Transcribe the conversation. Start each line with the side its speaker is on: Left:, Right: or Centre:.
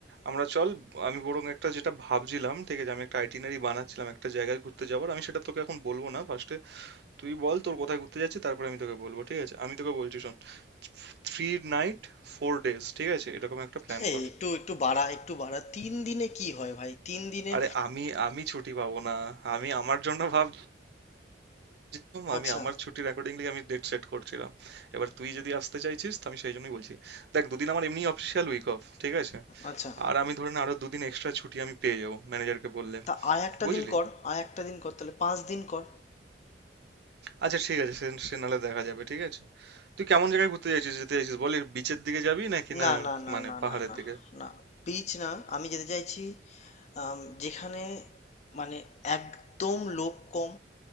Right: আমরা চল আমি বরং একটা যেটা ভাবছিলাম ঠিক আছে আমি একটা আইটিনারি বানাচ্ছিলাম একটা জায়গায় ঘুরতে যাওয়ার আমি সেটা তোকে এখন বলবো না ফার্স্টে তুই বল তোর কোথায় ঘুরতে যাচ্ছিস তারপরে আমি তোকে বলবো ঠিক আছে আমি তোকে বলছি শোন থ্রি নাইট ফোর ডেজ ঠিক আছে এরকম একটা প্ল্যান
Left: এই
Right: কর
Left: একটু একটু বাড়া একটু বাড়া তিন দিনে কি হয় ভাই তিন দিনে
Right: আরে আমি আমি ছুটি পাবো না আমি আমার জন্য ভাব যেরকম
Left: আচ্ছা
Right: আমি আমার ছুটির অ্যাকর্ডিংলি আমি ডেট সেট করছিলাম এবার তুই যদি আসতে চাইছিস তো আমি সেই জন্যই বলছি দেখ দুদিন আমার এমনি অফিসিয়াল উইক অফ ঠিক আছে
Left: আচ্ছা
Right: আর আমি ধরে না আরো দুদিন এক্সট্রা ছুটি আমি পেয়ে যাবো ম্যানেজারকে বললে
Left: তা আর একটা
Right: বুঝলি
Left: দিন কর আর একটা দিন কর তাহলে পাঁচ দিন কর
Right: আচ্ছা ঠিক আছে সে সে নাহলে দেখা যাবে ঠিক আছে তুই কেমন জায়গায় ঘুরতে চাইছিস যেতে চাইছিস বলি বিচের দিকে যাবি নাকি না
Left: না না না
Right: মানে
Left: না
Right: পাহাড়ের
Left: না না
Right: দিকে
Left: না বিচ না আমি যেতে চাইছি আম, যেখানে মানে একদম লোক কম